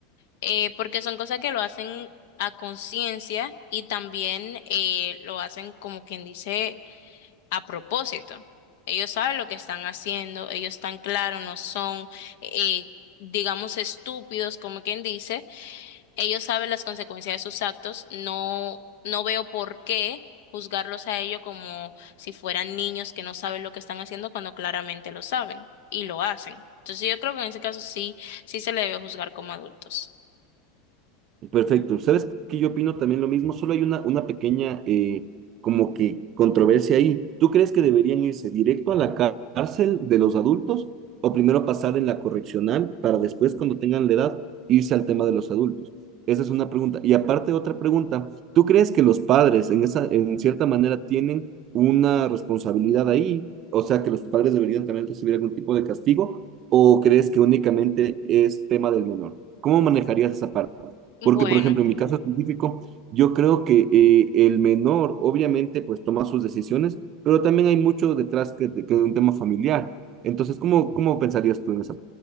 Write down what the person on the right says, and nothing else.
Perfecto. ¿Sabes que yo opino también lo mismo? Solo hay una, una pequeña eh, como que controversia ahí. ¿Tú crees que deberían irse directo a la cá- cárcel de los adultos o primero pasar en la correccional para después, cuando tengan la edad, irse al tema de los adultos? Esa es una pregunta. Y aparte, otra pregunta. ¿Tú crees que los padres en esa, en cierta manera tienen una responsabilidad ahí? O sea, que los padres deberían también recibir algún tipo de castigo o crees que únicamente es tema del menor? ¿Cómo manejarías esa parte?
Porque, por ejemplo, en mi caso específico, yo creo que eh, el menor, obviamente, pues toma sus decisiones, pero también hay mucho detrás que, que de un tema familiar. Entonces, ¿cómo, cómo pensarías tú en esa